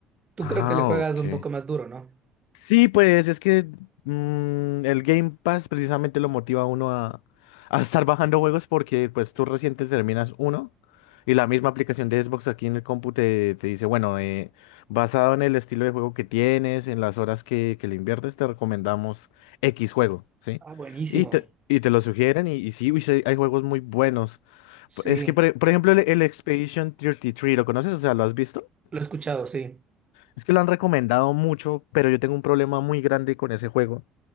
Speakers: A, on the right; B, on the left.
A: Tú
B: ah,
A: creo que le juegas
B: ok.
A: un poco más duro, ¿no?
B: Sí, pues es que mm, el Game Pass precisamente lo motiva a uno a, a estar bajando juegos porque pues tú recién te terminas uno y la misma aplicación de Xbox aquí en el compu te, te dice, bueno, eh, basado en el estilo de juego que tienes, en las horas que, que le inviertes, te recomendamos X juego, ¿sí?
A: Ah, buenísimo.
B: Y te, y te lo sugieren y, y sí, uy, sí, hay juegos muy buenos.
A: Sí,
B: Es que, por, e- por ejemplo, el, el Expedition 33, ¿lo conoces? O sea, ¿lo has visto?
A: lo he escuchado, sí.
B: Es que lo han recomendado mucho, pero yo tengo un problema muy grande con ese juego.